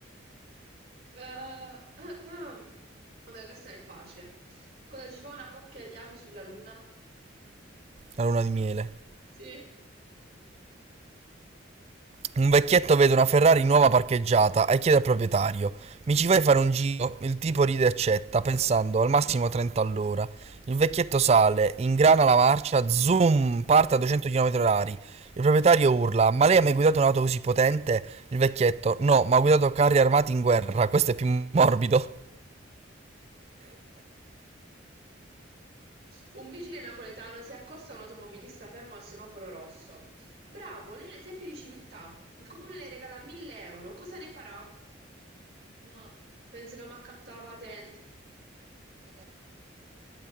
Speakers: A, on the right (about 55°); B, on the right (about 30°).
A: Eh, <clears throat> Vabbè, questa è facile. Cosa ci fa una coppia di api sulla luna?
B: La luna di miele.
A: Sì.
B: Un vecchietto vede una Ferrari nuova parcheggiata e chiede al proprietario: Mi ci vai a fare un giro? Il tipo ride e accetta, pensando al massimo 30 all'ora. Il vecchietto sale, ingrana la marcia, zoom, parte a 200 km/h. Il proprietario urla: Ma lei ha mai guidato un'auto così potente? Il vecchietto: No, ma ho guidato carri armati in guerra, questo è più morbido.
A: Un vigile napoletano si accosta a un automobilista fermo al semaforo rosso. Bravo, lei è un esempio di civiltà. Il comune le regala 1000 euro. Cosa ne farà? Ma penso che mi accatta la patente.